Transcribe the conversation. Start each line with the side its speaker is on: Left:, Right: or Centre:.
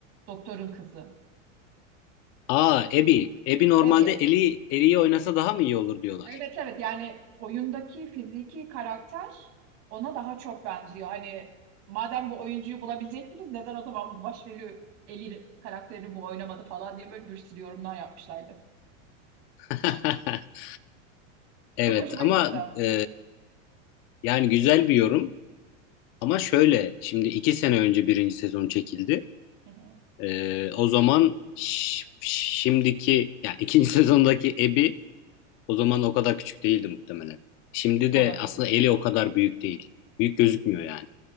Right: Doktorun kızı.
Left: Aa Abby. Abby normalde
Right: Abby.
Left: Ellie, Ellie'yi oynasa daha mı iyi olur diyorlar.
Right: Evet evet yani oyundaki fiziki karakter ona daha çok benziyor. Hani madem bu oyuncuyu bulabilecektiniz neden o zaman bu başrolü Ellie karakterini bu oynamadı falan diye böyle bir sürü yorumlar yapmışlardı.
Left: <laughs> Evet
Right: Çok hoşuma
Left: ama
Right: gitti abi.
Left: e, yani güzel bir yorum. Ama şöyle şimdi iki sene önce birinci sezon çekildi.
Right: Hı hı.
Left: Ee, o zaman ş- şimdiki yani ikinci <laughs> sezondaki Abby o zaman o kadar küçük değildi muhtemelen. Şimdi
Right: Olabilir.
Left: de aslında Ellie o kadar büyük değil. Büyük gözükmüyor yani.